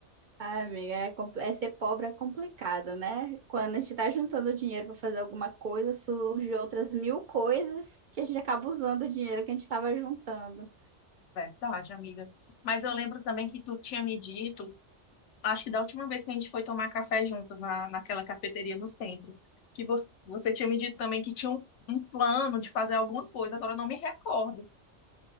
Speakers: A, on the right (about 55°); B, on the left (about 75°).
A: Ai, amiga, é, compl- é ser pobre é complicado, né? Quando a gente tá juntando dinheiro para fazer alguma coisa, surgem outras mil coisas que a gente acaba usando o dinheiro que a gente estava juntando.
B: Verdade, amiga. Mas eu lembro também que tu tinha me dito acho que da última vez que a gente foi tomar café juntas na, naquela cafeteria no centro, que você, você tinha me dito também que tinha um, um plano de fazer alguma coisa, agora eu não me recordo.